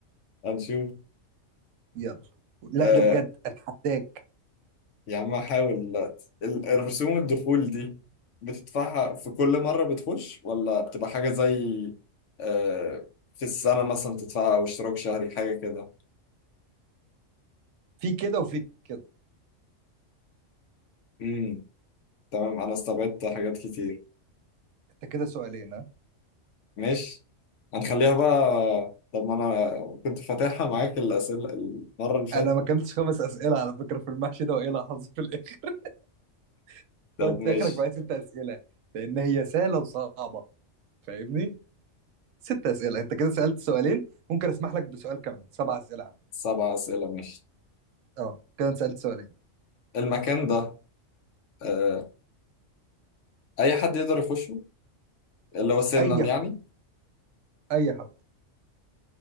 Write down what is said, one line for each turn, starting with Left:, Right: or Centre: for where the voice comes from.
Left: هنشوف
Right: يلا لا
Left: آه
Right: ده بجد أتحداك
Left: يا عم هحاول دلوقتي ال- الرسوم الدخول دي بتدفعها في كل مرة بتخش ولا بتبقى حاجة زي آه في السنة مثلا تدفعها أو اشتراك شهري حاجة كده
Right: في كده وفي كده
Left: امم تمام أنا استبعدت حاجات كتير
Right: أنت كده سؤالين ها
Left: ماشي هنخليها بقى طب ما أنا كنت فاتحها معاك الأسئلة المرة اللي فاتت
Right: انا ما كملتش خمس اسئله على فكره في المحشي ده وايه اللي حصل في الاخر <laughs>
Left: طب
Right: انت
Left: ماشي
Right: اخرك بقى ست اسئله لان هي سهله وصعبه فاهمني ست اسئله انت كده سالت سؤالين ممكن اسمح لك بسؤال كمان سبع اسئله عندي
Left: سبع أسئلة ماشي
Right: اه كده أنت سالت سؤالين
Left: المكان ده آه، اي حد يقدر يخشه اللي هو سنا
Right: اي
Left: يعني
Right: حد اي حد